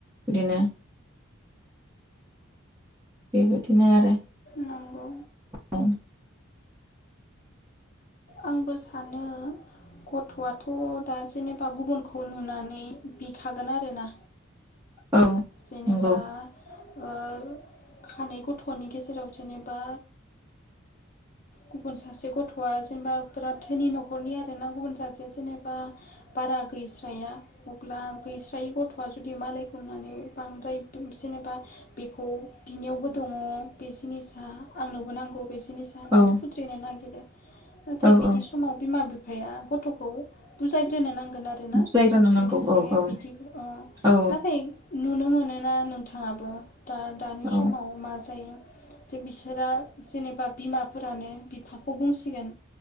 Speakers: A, on the right; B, on the left.
A: बिदिनो बेबायदिनो आरो।
B: नंगौ।
A: औ
B: आंबो सानो गथ'आथ' दा जेनेबा गुबुनखौ नुनानै बिखागोन आरोना?
A: औ
B: जेनेबा
A: नंगौ
B: ओ खानै गथ'नि गेजेराव जेनेबा गुबुन सासे गथ'आ जेनेबा बिराथ धोनि न'खरनि आर ना गुबुन सासेया जेनेबा बारा गैस्राया अब्ला गैस्रायै गथ'आ जुदि मालायखौ नुनानै बांद्राय जेनेबा बेखौ बिनियावबो दङ बे जिनिसा आंनोबो नांगौ बे जिनिसा होननानै
A: औ
B: खुद्रिनो नागिरो नाथाय
A: औौ
B: बिदि
A: औ
B: समाव बिमा बिफ बिफाया गथ'खौ बुजायग्रोनो नां गोन आरोना
A: बुजायग्रोनो
B: साबसिनै
A: नांगौ
B: जे
A: औ औ
B: बिदि ओ
A: औ
B: नाथाय नुनो मोनोना नोंथाङाबो दा दानि
A: औ
B: समाव मा जायो जे बिसोरा जेनेबा बिमाफोरानो बिफाखौ बुंसिगोन